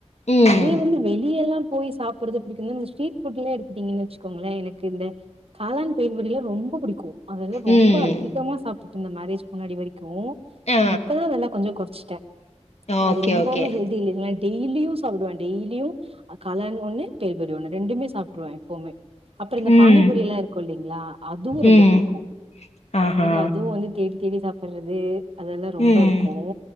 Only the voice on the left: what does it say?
ம்
ம்
ஆ
ஓகே
ஓகே
ம்
ம்
ஆஹா
ம்